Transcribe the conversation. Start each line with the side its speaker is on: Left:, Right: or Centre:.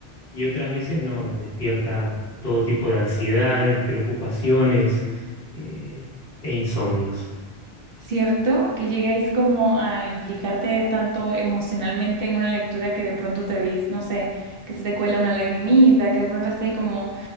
Left: y otras veces no, despierta todo tipo de ansiedades, preocupaciones eh, e insomnios.
Right: ¿Cierto? Que llegáis como a implicarte tanto emocionalmente en una lectura que de pronto te veis, no sé, que se te cuela una lagrimita, que de pronto estáis como